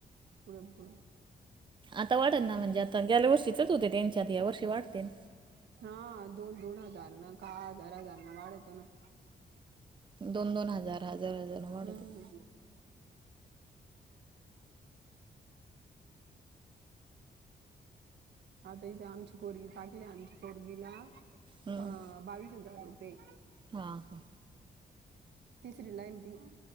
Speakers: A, on the right (about 85°); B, on the right (about 30°).
A: पुढं, पुढं
B: आता वाढलं ना म्हणजे आता गेल्या वर्षीचेच होते त्यांच्यात या वर्षी वाढतेन
A: हा दोन, दोन हजार ना का हजार, हजारन वाढत ना
B: दोन, दोन हजार, हजार, हजार वाढतं
A: हम्म. आता इथे आमची पोरगी टाकली आमच्या पोरगीला
B: हम्म.
A: आ बावीस हजार रु तेे
B: हा हा
A: तिसरीला आहे ना ती